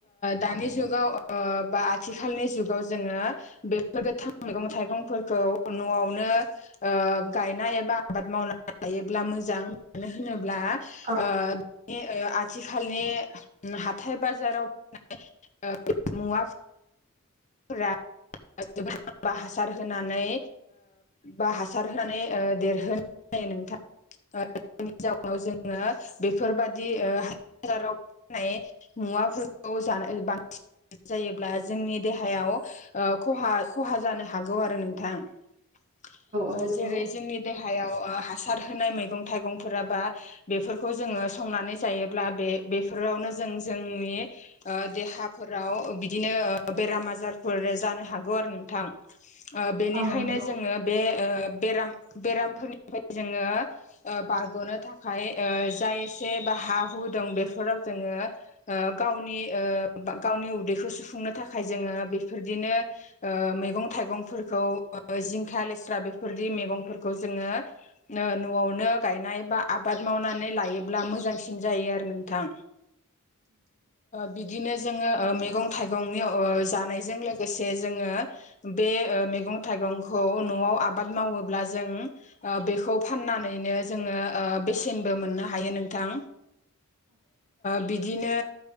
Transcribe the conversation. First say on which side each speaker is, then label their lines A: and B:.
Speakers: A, on the left; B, on the right.
A: दानि जुगाव बा आथिखालनि जुगाव जोङो बेफोर गोथां मैगं थाइगंफोरखौ न'आवनो गायनाय एबा आबाद मावनानै लायोब्ला मोजां मानो होनोब्ला
B: औ
A: ओ <unintelligible> आथि आथिखालनि हाथाय बाजाराव <unintelligible> मुवा <unintelligible> हासार होनानै बा हासार होनानै देरहोनाय जायो नोंथां <unintelligible> जोङो बे बेफोरबायादि हाजाराव फानाय मुवाफोरखौ जानो बांसिन जायोब्ला जोंनि देहायाव खहा खहा जानो हागौ आरो नोंथां
B: औ नंगौ
A: जेरै जोंनि देहा हायाव हासार होनाय मैगं थाइगंफोराबा बेफोरखौ जोङो संनानै जायोब्ला बे बेफोरावनो जों जोंनि देहाफोराव बिदिनो बेराम आजारफोर जानो हागौ आरो नोंथां बेनिखायनो
B: औ नंगौ औ नंगौ
A: जोङो बे बेरामफोरनिफ्राय जोङो बारग'नो थाखाय जायसे हा हु दं बेफोराव जोङो गावनि गावनि उदैखौ सुफुंनो थाखाय जोङो बेफोरदिनो मैगं थाइगंफोरखौ जिंखा लेस्रा बेफोरदि मैगंफोरखौ जोङो न'आवनो गायनाय बा आबाद आबाद मावनानै लायोब्ला मोजांसिन जायो आरो नोंथां बिदिनो जोङो मैगं थाइगं जानायजों लोगोसे जोङो बे मैगं थाइगंखौ न'आव आबाद मावोब्ला जों बेखौ फाननानैनो जोङो बेसेनबो मोननो हायो नोंथां। बिदिनो